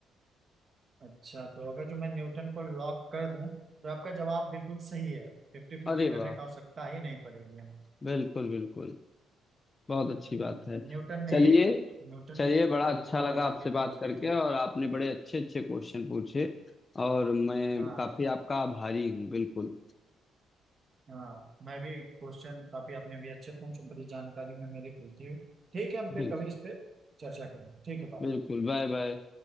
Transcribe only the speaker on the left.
अरे
वाह
बिल्कुल बिल्कुल बहुत अच्छी
बात है
चलिए
चलिए
बड़ा
अच्छा लगा आपसे
बात करके
और आपने बड़े अच्छे अच्छे क्वेश्चन पूछे और मैं
काफी आपका आभारी हूँ बिल्कुल
बिल्कुल
बिल्कुल बाय बाय